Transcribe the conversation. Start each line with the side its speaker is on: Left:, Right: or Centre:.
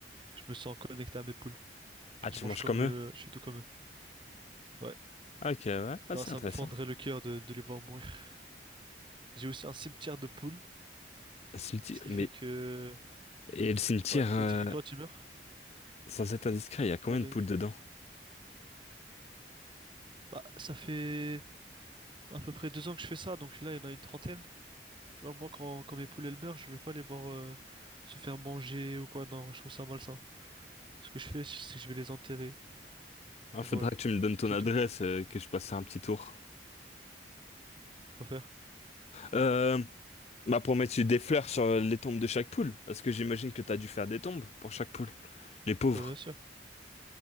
Right: Je me sens connecté à mes poules.
Left: Ah,
Right: Je
Left: tu
Right: mange
Left: manges
Right: comme
Left: comme
Right: eux,
Left: eux?
Right: je suis tout comme eux. Ouais.
Left: Ah, ok, ouais. Ah,
Right: Non,
Left: c'est
Right: ça
Left: intéressant.
Right: me fendrait le cœur de, de les voir mourir. <laughs> J'ai aussi un cimetière de poules,
Left: Le cimetière-
Right: ce qui
Left: Mais...
Right: fait que...
Left: Et le cimetière,
Right: Ouais, ça
Left: euh,
Right: veut dire que quand tu meurs...
Left: sans être indiscret, il y a combien
Right: Non mais...
Left: de poules dedans?
Right: Bah, ça fait à peu près deux ans que je fais ça, donc là, il y en a une trentaine. Tu vois, moi, quand, quand mes poules, elles meurent, je veux pas les voir euh, se faire manger ou quoi. Non, je trouve ça malsain. Ce que je fais, c'est que je vais les enterrer.
Left: Ah, faudra
Right: Et voilà.
Left: que tu me donnes ton
Right: C'est
Left: adresse,
Right: tout.
Left: euh, que je passe un petit tour.
Right: On va faire.
Left: Euh... Bah, pour mettre des fleurs sur les tombes de chaque poule. Parce que j'imagine que t'as dû faire des tombes pour chaque poule. Les pauvres.
Right: Bah, bien sûr.